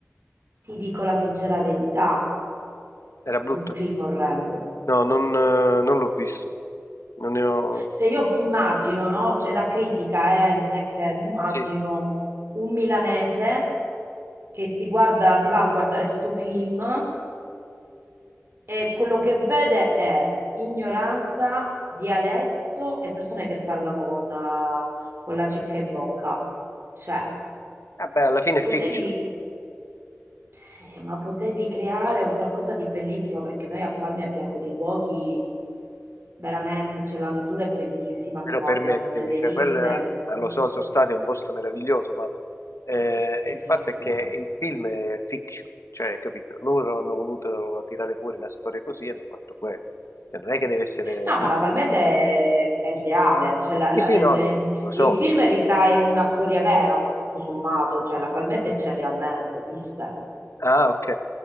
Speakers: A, on the right; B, on the left.
A: Ti dico la sincera verità,
B: Era brutto.
A: un film orrendo.
B: No, non, eh, non l'ho visto. Non ne ho...
A: Cioè io immagino, no? Cioè da critica, eh, non è che immagino
B: Sì, sì.
A: un milanese che si guarda, si va a guardare sto film e quello che vede è ignoranza, dialetto e persone che parlano con, eh, con la cicca in bocca. Cioè,
B: Vabbè, alla fine
A: Potevi,
B: è fiction.
A: sì, ma potevi creare un qualcosa di bellissimo perché noi a Palmi abbiamo dei luoghi veramente, c'è la natura è bellissima
B: però
A: qua,
B: permettimi,
A: abbiamo delle
B: cioè
A: viste
B: quel, ma
A: mm,
B: lo so, sono stati è un posto meraviglioso, ma eh,
A: bellissime
B: il fatto è che
A: proprio.
B: il film è fiction, cioè, capito? Loro hanno voluto tirare fuori una storia così e hanno fatto quello. Cioè, non è che deve essere
A: No,
B: pubblicata.
A: ma la Palmese è, è reale, cioè la-
B: Sì,
A: la-
B: sì,
A: il
B: no, no, no, no, lo so.
A: il film ritrae una storia vera, tutto sommato, cioè la Palmese c'è realmente, esiste,
B: Ah, ok.